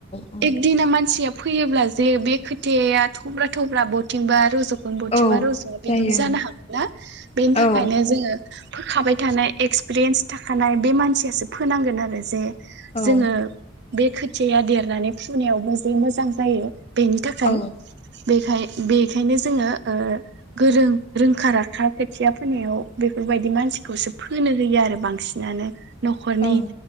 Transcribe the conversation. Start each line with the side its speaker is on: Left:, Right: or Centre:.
Left: औ
Right: एकदिना मानसिया फैयोब्ला जे बे खोथाया थब्रा थब्रा बावथिंबा रज बथिबा
Left: औ
Right: रावजों
Left: जायो
Right: बिदिबो जानो हागोन ना बेनि
Left: औ
Right: थाखायनो जोङो फोखाबाय थानाय एक्सपिरियेन्स थाखानाय बे मानसियासो फोनांगोन आरो जे
Left: औ
Right: जोङो बे खोथियया देरनानै फुनायावबो जे मोजां जायो। बेनि थाखाय
Left: औ
Right: बेखाय बेखायनो जोङो ओ गोरों रोंखा राखा खोथिया फोनायाव बेफोरबाय दि मानसिखौसो फोनो होयो आरो बांसिनानो न'खरनि
Left: औ